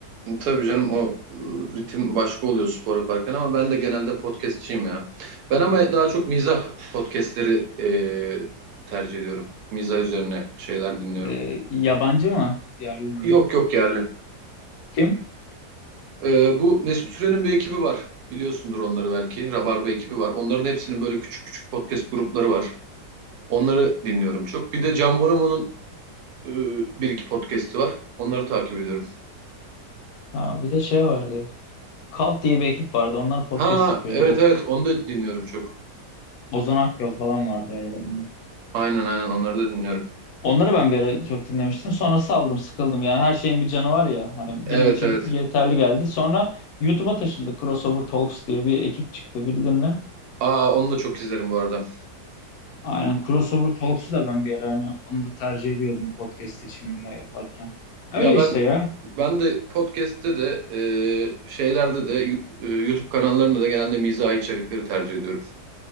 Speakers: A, on the right; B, on the left.
A: Tabii canım o ıı, ritim başka oluyor spor yaparken ama ben de genelde podcastçiyim ya. Ben ama daha çok mizah podcastleri eee, tercih ediyorum. Mizah üzerine şeyler dinliyorum.
B: E, yabancı mı? Yerli mi?
A: Yok yok yerli.
B: Kim?
A: Ee, bu Mesut Süren'in bir ekibi var. Biliyorsundur onları belki. Rabarba ekibi var. Onların hepsinin böyle küçük küçük podcast grupları var. Onları dinliyorum çok. Bir de Can Bonomo'nun e, bir iki podcast'i var. Onları takip ediyorum.
B: Ha, bir de şey vardı. Kalt diye bir ekip vardı. Onlar podcast
A: Ha
B: yapıyordu.
A: evet
B: O,
A: evet onu da dinliyorum çok.
B: Ozan Akyol falan vardı aralarında.
A: Aynen aynen onları da dinliyorum.
B: Onları ben bir ara çok dinlemiştim. Sonra saldım, sıkıldım. Yani her şeyin bir canı var ya. Hani
A: Evet
B: benim için
A: evet.
B: yeterli geldi. Sonra YouTube'a taşındı. Crossover Talks diye bir ekip çıktı. Bildin mi?
A: Aa onu da çok izlerim bu arada.
B: Aynen. Crossover Talks'u da ben bir ara hani onu da tercih ediyordum podcast seçiminde yaparken. Öyle
A: Ya ben
B: işte ya.
A: ben de podcast'te de e, şeylerde de yu- e, YouTube kanallarında da genelde mizahi içerikleri tercih ediyorum.